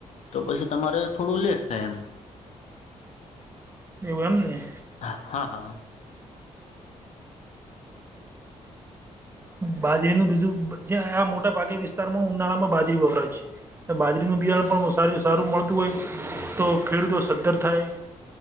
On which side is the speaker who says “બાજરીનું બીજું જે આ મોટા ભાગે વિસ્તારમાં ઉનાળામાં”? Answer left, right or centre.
Right